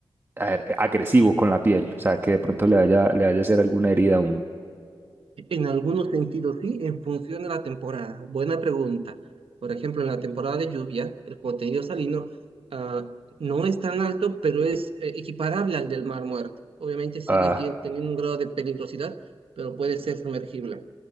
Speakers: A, on the right; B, on the right.
A: a ver, agresivo con la piel? O sea, que de pronto le vaya, le vaya a hacer alguna herida a uno.
B: En algunos sentidos sí, en función de la temporada. Buena pregunta. Por ejemplo, en la temporada de lluvia, el contenido salino ah, no es tan alto, pero es eh, equiparable al del mar muerto. Obviamente sigue
A: Ah,
B: sien- teniendo un grado de peligrosidad, pero puede ser sumergible.